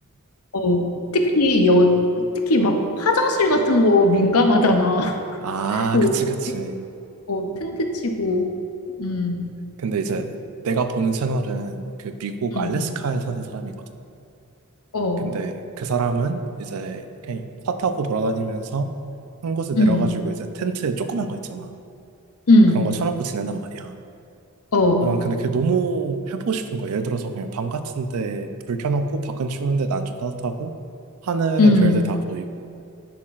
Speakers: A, on the left; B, on the right.
A: 어, 특히 여, 특히 막 화장실 같은 거 민감하잖아.
B: 아
A: <laughs>
B: 그치 그치
A: 어, 텐트 치고, 음,
B: 근데 이제 내가 보는 채널은 그 미국
A: 음,
B: 알래스카에 사는 사람이거든
A: 어,
B: 근데 그 사람은 이제 그냥 차 타고 돌아다니면서 한 곳에 내려가지고
A: 음,
B: 이제 텐트에 조그만 거 있잖아
A: 음,
B: 그런 거 쳐놓고 지낸단 말이야
A: 어,
B: 아, 난 근데 그게 너무 해보고 싶은 거야. 예를 들어서 그냥 밤 같은데 불 켜놓고 밖은 추운데 난 좀 따뜻하고 하늘의
A: 음.
B: 별들 다 보이고.